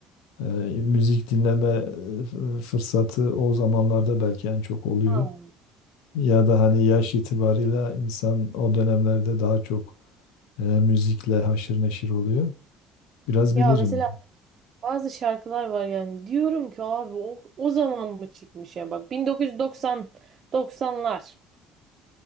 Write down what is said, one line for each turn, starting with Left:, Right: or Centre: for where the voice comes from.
Left: e, müzik dinleme e, f- fırsatı o zamanlarda belki en çok oluyor.
Right: Ha.
Left: Ya da hani yaş itibarıyla insan o dönemlerde daha çok e, müzikle haşır neşir oluyor. Biraz
Right: Ya
Left: bilirim.
Right: mesela bazı şarkılar var yani diyorum ki abi o, o zaman mı çıkmış ya bak 1990 90'lar.